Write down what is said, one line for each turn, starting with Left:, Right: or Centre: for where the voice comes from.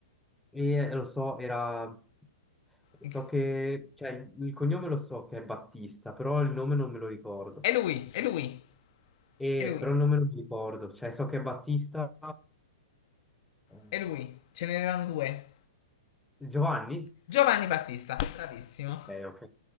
Centre: E eh, lo so, era... So
Left: il cu-
Centre: che... Cioè, il cognome lo so che è Battista, però il nome non me lo ricordo.
Left: È lui, è lui,
Centre: E,
Left: è lui,
Centre: però il nome non mi ricordo. Cioè, so che è Battista... eh,
Left: è lui. Ce n'erano due.
Centre: Giovanni?
Left: Giovanni Battista, bravissimo.
Centre: Ok, ok.